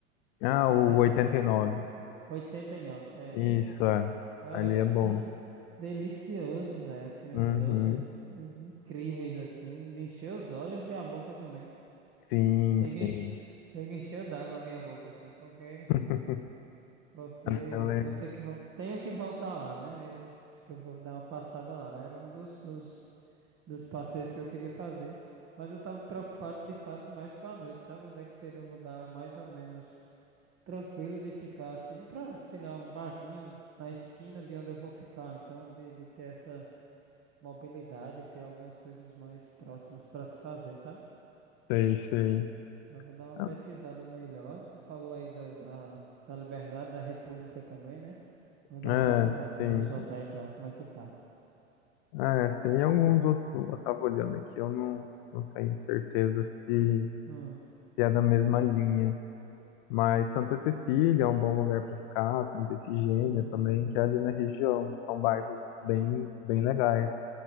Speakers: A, on the left (about 45°); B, on the right (about 35°).
A: Ah,
B: setenta
A: o 89.
B: e nove oitenta e nove é
A: Isso,
B: esse.
A: é.
B: Cara,
A: Ali é bom.
B: que delicioso, velho, assim,
A: Uhum.
B: os doces incríveis, assim, de encher os olhos e a boca também.
A: Sim,
B: Chega,
A: sim.
B: chega encheu d'água a minha boca aqui, porque,
A: <laughs>
B: porque
A: Ela é...
B: vou ter que, vol- tenho que voltar lá, né? Eu acho que eu vou dar uma passada lá. Era um dos, dos, dos passeios que eu queria fazer, mas eu tava preocupado de fato mais com a noite, sabe? Onde é que seria um lugar mais ou menos tranquilo de ficar assim, pra, sei lá, um barzinho na esquina de onde eu vou ficar. Então, de, de ter essa mobilidade, ter algumas coisas mais próximas pra se fazer, sabe?
A: Sei, sei.
B: Eu vou dar uma
A: Ah,
B: pesquisada melhor. Tu falou aí da, da, da Liberdade, da República também, né? Vou dar
A: É,
B: uma pesquisada
A: sim.
B: nos hotéis lá, como é que tá.
A: Ah, é, tem alguns outros, eu estava olhando aqui, eu não, não tenho certeza se,
B: Hum,
A: se é da mesma linha. Mas Santa Cecília é um bom lugar para ficar, Santa Efigênia
B: sim.
A: também, que é ali na região. São bairros bem, bem legais,